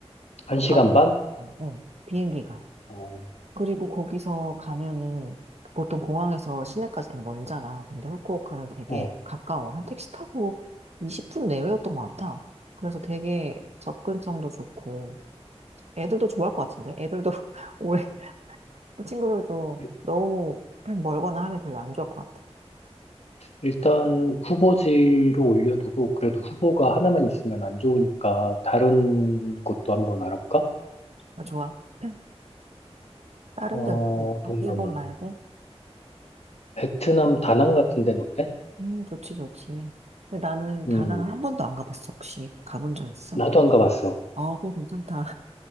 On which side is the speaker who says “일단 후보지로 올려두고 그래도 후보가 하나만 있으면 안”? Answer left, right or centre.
Left